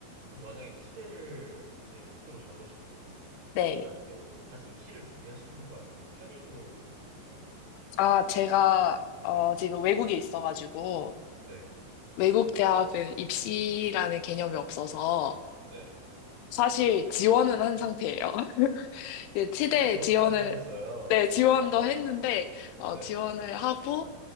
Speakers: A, on the right (about 60°); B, on the left (about 85°).
A: 그럼 만약에 치대를 이제 목표로 잡으시면
B: 네.
A: 약간 그 다시 입시를 준비하시는 건가요? 아니면 뭐 편입으로 가시는 건가요?
B: 아, 제가, 어,
A: 네,
B: 지금 외국에 있어가지고,
A: 네,
B: 외국 대학은 입시라는 개념이 없어서,
A: 네.
B: 사실 지원은 한 상태예요. 그 치대에
A: 아, 지원까지
B: 지원을,
A: 하셨어요.
B: 네, 지원도
A: 아,
B: 했는데, 어,
A: 네,
B: 지원을 하고,